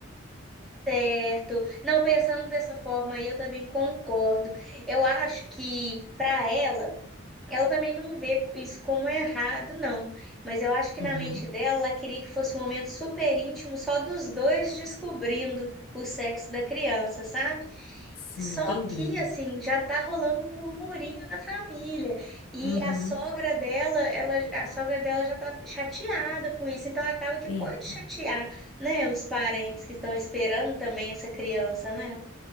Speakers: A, in the centre; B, on the left.
A: Certo. Não, pensando dessa forma aí, eu também concordo. Eu acho que para ela, ela também não vê isso como errado, não. Mas eu acho que
B: Uhum.
A: na mente dela, ela queria que fosse um momento super íntimo, só dos dois descobrindo o sexo da criança, sabe?
B: Sim,
A: Só
B: entendi.
A: que, assim, já tá rolando um murmurinho na família. E
B: Uhum.
A: a sogra dela, ela, a sogra dela já tá chateada com isso. Então acaba que
B: Eita,
A: pode chatear, né, os parentes que estão esperando também essa criança, né?